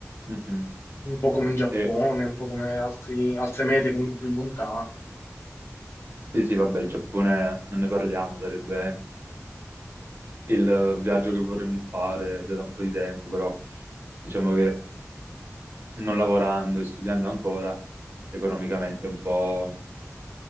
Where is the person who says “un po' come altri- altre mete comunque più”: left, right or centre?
Left